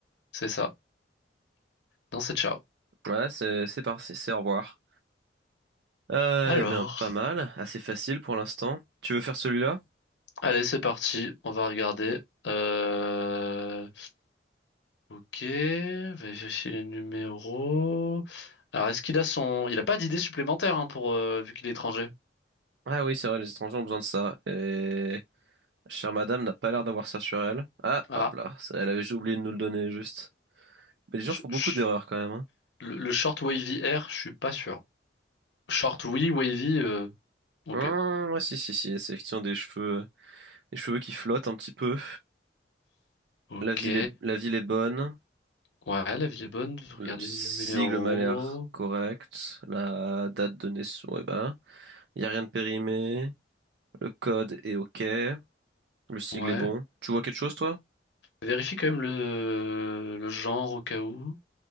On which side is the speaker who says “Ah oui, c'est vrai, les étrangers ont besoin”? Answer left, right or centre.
Right